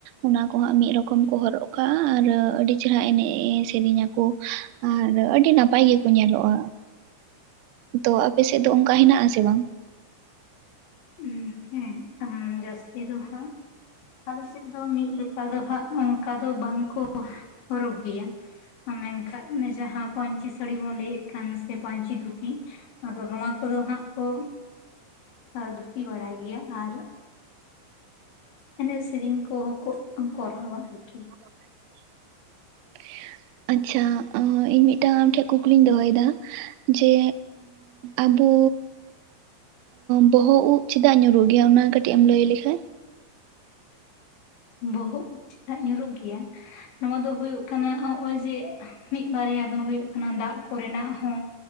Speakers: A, on the right; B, on the left.
A: ᱚᱱᱟ ᱠᱚᱦᱟᱸᱜ ᱢᱤᱫ ᱨᱚᱠᱚᱢ ᱠᱚ ᱦᱚᱨᱚᱜ ᱠᱟᱜ-ᱟ ᱟᱨ ᱟᱹᱰᱤ ᱪᱮᱨᱦᱟ ᱮᱱᱮᱡ ᱥᱮᱨᱮᱧ ᱟᱠᱚ ᱟᱨ ᱟᱹᱰᱤ ᱱᱟᱯᱟᱭ ᱜᱮᱠᱚ ᱧᱮᱞᱚᱜ-ᱟ ᱛᱚ ᱟᱯᱮ ᱥᱮᱫ ᱫᱚ ᱚᱱᱠᱟ ᱦᱮᱱᱟᱜ ᱟᱥᱮ ᱵᱟᱝ
B: ᱩᱸ ᱦᱩᱸ ᱡᱟᱹᱥᱛᱤ ᱫᱚ ᱦᱟᱸᱜ ᱟᱞᱮᱥᱮᱫ ᱫᱚ ᱢᱤᱫ ᱞᱮᱠᱟ ᱫᱚ ᱦᱟᱸᱜ ᱚᱱᱠᱟ ᱫᱚ ᱵᱟᱝᱠᱚ ᱦᱚᱨᱚᱜᱽ ᱜᱤᱭᱟ ᱢᱮᱱᱠᱷᱟᱡ ᱚᱱᱮ ᱡᱟᱦᱟᱸ ᱯᱟᱹᱧᱪᱤ ᱥᱟᱹᱲᱤ ᱵᱚᱱ ᱞᱟᱹᱭᱮᱫ ᱠᱟᱱ ᱥᱮ ᱯᱟᱹᱧᱪᱤ ᱫᱷᱩᱛᱤ ᱟᱫᱚ ᱱᱚᱣᱟ ᱠᱚᱫᱚ ᱦᱟᱸᱜ ᱠᱚ ᱫᱷᱩᱛᱤ ᱵᱟᱲᱟᱭ ᱜᱮᱭᱟ ᱟᱨ ᱮᱱᱮᱡ ᱥᱤᱨᱤᱧ ᱠᱚᱦᱚᱸ ᱠᱚ ᱠᱚᱨᱟᱣᱟ ᱞᱮᱠᱤᱱ
A: <inaudible> ᱟᱪᱪᱷᱟ ᱤᱧ ᱢᱤᱫᱴᱟᱝ ᱟᱢ ᱴᱷᱮᱡ ᱠᱩᱠᱞᱤᱧ ᱫᱚᱦᱚ ᱭᱮᱫᱟ ᱡᱮ ᱟᱵᱚ ᱵᱚᱦᱚᱜ ᱩᱵ ᱪᱮᱫᱟᱜ ᱧᱩᱨᱩᱜ ᱜᱮᱭᱟ ᱚᱱᱟ ᱠᱟᱹᱴᱤᱡ ᱮᱢ ᱞᱟᱹᱭ ᱞᱮᱠᱷᱟᱡ
B: ᱵᱚᱦᱚᱜ ᱩᱵ ᱪᱮᱫᱟᱜ ᱧᱩᱨᱩᱜ ᱜᱮᱭᱟ ᱱᱚᱣᱟ ᱫᱚ ᱦᱩᱭᱩᱜ ᱠᱟᱱᱟ ᱱᱚᱜ-ᱚᱭ ᱡᱮ ᱢᱤᱫ ᱵᱟᱨᱭᱟ ᱫᱚ ᱦᱩᱭᱩᱜ ᱠᱟᱱᱟ ᱫᱟᱜ ᱠᱚᱨᱮᱱᱟᱜ ᱦᱚᱸ